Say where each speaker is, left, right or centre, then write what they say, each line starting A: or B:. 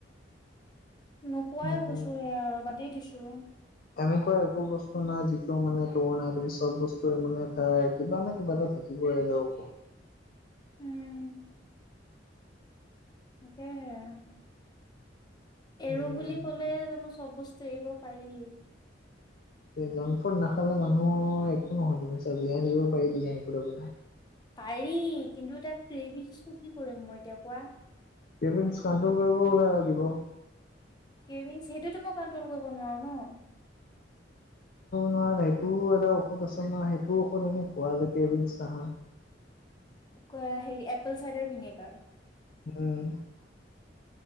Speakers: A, on the left; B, on the left.
A: নোখোৱাই
B: উম
A: হৈছো এ'বাদেই দিছো।
B: এনেকুৱা একো বস্তু নাই যিটো মানে তোৰ নাই তুমি চব বস্তুে মানে তাৰ কিবা নে কিবা এটা থাকিবই আৰু
A: উম। তাকেহে এৰো
B: উম
A: বুলি ক'লে জানো চব বস্তু এৰিব পাৰি।
B: জাংক ফুড নাখালে মানুহ একো নহয় জীয়াই থাকিব পাৰি জাংক ফুডৰ ন
A: পাৰি কিন্তু এটা ক্ৰেভিইঞ্চটো কি কৰিম মই এতিয়া কোৱা।
B: ক্ৰেভিংচ কণ্ট্ৰল কৰিব ওল লাগিব।
A: ক্ৰেভিংচ সেইটোৱেতো মই কণ্ট্ৰল কৰিব নোৱাৰো ন'।
B: ন সেইটোও এটা ঔষধ আছে নহয় সেইটো ঔষধ খোৱা যায় আহা।
A: ক'হেৰি এপল চাইডাৰ ভিনেগাৰ।
B: উম